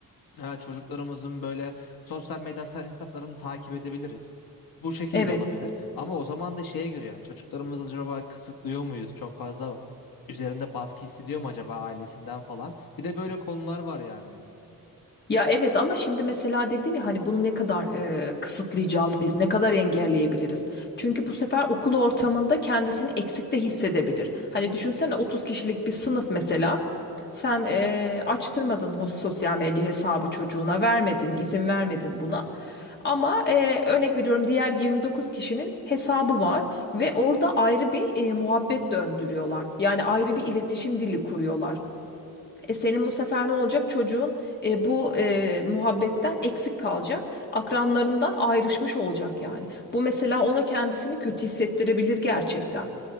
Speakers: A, on the left; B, on the left.
A: Ha, çocuklarımızın böyle sosyal medya hesaplarını takip edebiliriz. Bu şekilde
B: Evet.
A: olabilir. Ama o zaman da şeye göre yani çocuklarımızı acaba kısıtlıyor muyuz? Çok fazla üzerinde baskı hissediyor mu acaba ailesinden falan? Bir de böyle konular var yani.
B: Ya evet ama şimdi mesela dedim ya hani bunu ne kadar e, kısıtlayacağız biz, ne kadar engelleyebiliriz? Çünkü bu sefer okul ortamında kendisini eksik de hissedebilir. Hani düşünsene 30 kişilik bir sınıf mesela. Sen e, açtırmadın hos- sosyal medya hesabı çocuğuna, vermedin, izin vermedin buna. Ama e, örnek veriyorum diğer 29 kişinin hesabı var ve orada ayrı bir e, muhabbet döndürüyorlar. Yani ayrı bir iletişim dili kuruyorlar. E senin bu sefer ne olacak? Çocuğun e, bu e, muhabbetten eksik kalacak. Akranlarından ayrışmış olacak yani. Bu mesela ona kendisini kötü hissettirebilir gerçekten.